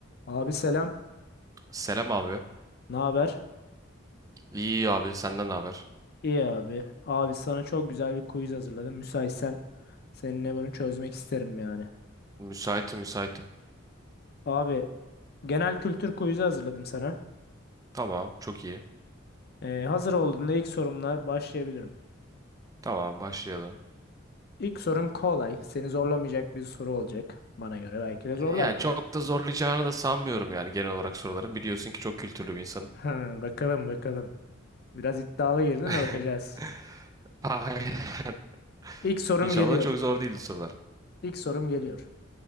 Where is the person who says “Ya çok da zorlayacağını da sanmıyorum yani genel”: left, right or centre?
Right